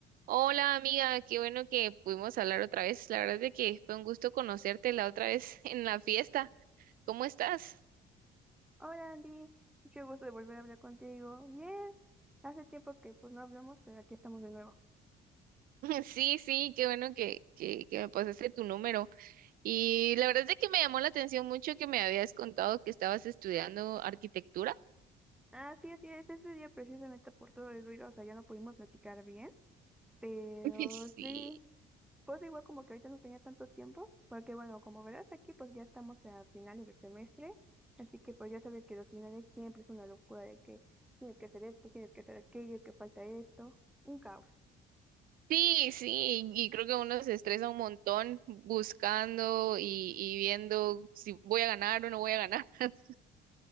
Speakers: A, on the right; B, in the centre.
A: Hola amiga, qué bueno que pudimos hablar otra vez. La verdad es de que fue un gusto conocerte la otra vez <laughs> en la fiesta. ¿Cómo estás?
B: Hola Andy, mucho gusto de volver a hablar contigo. Bien, hace tiempo que pues no hablamos, pero aquí estamos de nuevo.
A: <laughs> Sí, sí, qué bueno que, que, que me pasaste tu número. Y la verdad es de que me llamó la atención mucho que me habías contado que estabas estudiando arquitectura.
B: Ah, sí, así es, ese día precisamente por todo el ruido, o sea, ya no pudimos platicar bien, pero
A: <laughs> Sí,
B: sí, pues igual como que ahorita no tenía tanto tiempo, porque bueno, como verás aquí pues ya estamos a finales del semestre, así que pues ya sabes que los finales siempre es una locura de que tienes que hacer esto, tienes que hacer aquello, que falta esto, un caos.
A: sí, sí, y creo que uno se estresa un montón buscando y, y viendo si voy a ganar o no voy a ganar. <laughs>